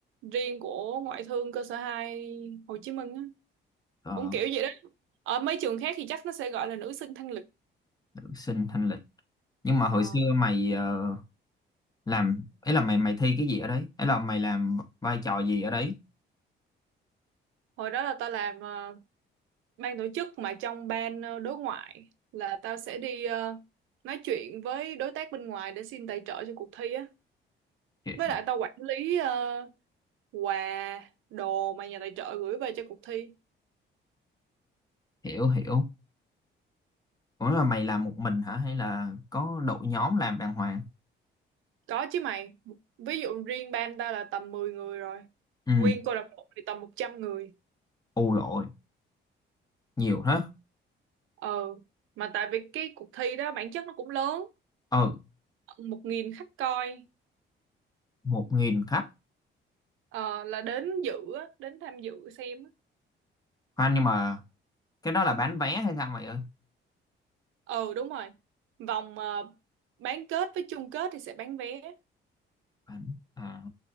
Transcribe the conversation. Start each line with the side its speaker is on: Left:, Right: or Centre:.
Right: riêng của ngoại thương cơ sở 2 Hồ Chí Minh á
Left: ờ,
Right: cũng kiểu vậy đó ở mấy trường khác thì chắc nó sẽ gọi là nữ sinh thanh lịch
Left: nữ sinh thanh lịch nhưng mà hồi
Right: Ờ,
Left: xưa mày ờ, làm ấy là mày mày thi cái gì ở đấy ấy là mày làm vai trò gì ở đấy
Right: hồi đó là tao làm ờ, ban tổ chức mà trong ban ờ, đối ngoại là tao sẽ đi ờ, nói chuyện với đối tác bên ngoài để xin tài trợ cho cuộc thi á
Left: Chuyện-
Right: với lại tao quản lý ờ, quà đồ mà nhà tài trợ gửi về cho cuộc thi
Left: hiểu hiểu ủa là mày làm một mình hả hay là có đội nhóm làm đàng hoàng
Right: có chứ mày ví dụ riêng ban tao là tầm 10 người rồi
Left: ừ
Right: nguyên câu lạc bộ thì tầm một trăm người
Left: ù rồi nhiều thế
Right: ờ mà tại vì cái cuộc thi đó bản chất nó cũng lớn
Left: ừ
Right: một nghìn khách coi
Left: một nghìn khách
Right: Ờ, là đến dự á, đến tham dự xem á.
Left: khoan nhưng mà cái đó là bán vé hay sao mày ơi
Right: ừ đúng rồi vòng ờ, bán kết với chung kết thì sẽ bán vé
Left: bán à